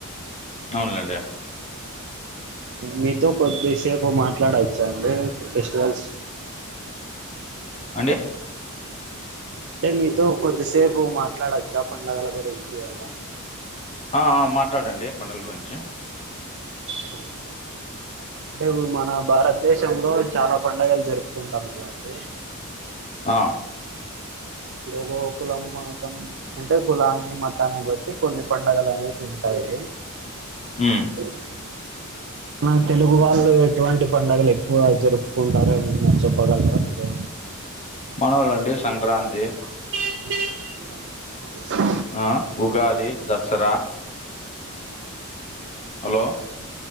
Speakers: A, on the left; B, on the right.
A: అవునులేండి
B: మీతో కొద్దిసేపు మాట్లాడవచ్చాండి ఫెస్టివల్స్
A: అండి
B: అంటే మీతో కొద్దిసేపు మాట్లాడొచ్చా పండగల గురించి అలా
A: ఆ ఆ మాట్లాడండి పండగల గురించి
B: <inaudible> అంటే ఇప్పుడు మన భారతదేశంలో చాలా పండగలు జరుపుకుంటాం కదండి
A: ఆ
B: ఓ ఓ కులం మతం అంటే కులాన్ని మతాన్ని బట్టి కొన్ని పండగలు అనేవి ఉంటాయి
A: మ్మ్
B: <inaudible>
A: <unintelligible>
B: నా తెలుగు వాళ్ళు ఎటువంటి పండగలు ఎక్కువ జరుపుకుంటారు ఏమన్న చెప్పగలరా మీరు
A: మనోళ్లండి సంక్రాంతి
B: <unintelligible>
A: ఆ ఉగాది దసరా హలో